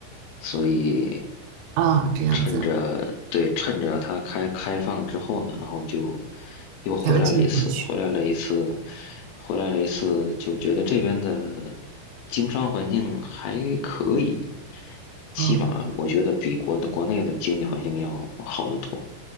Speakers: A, on the left; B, on the right.
A: 所以
B: 啊，这样子，
A: 趁着对趁着它开开放之后呢，然后就又回来了一次，
B: 赶紧回去。
A: 回来了一次，回来了一次，就觉得这边的经商环境还可以，起码我觉得比国国内的经济环境要好得多，
B: 嗯